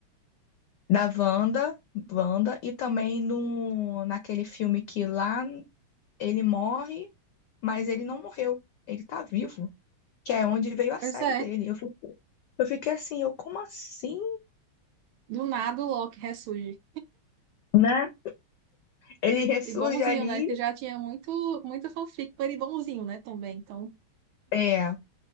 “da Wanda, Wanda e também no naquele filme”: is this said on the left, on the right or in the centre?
Left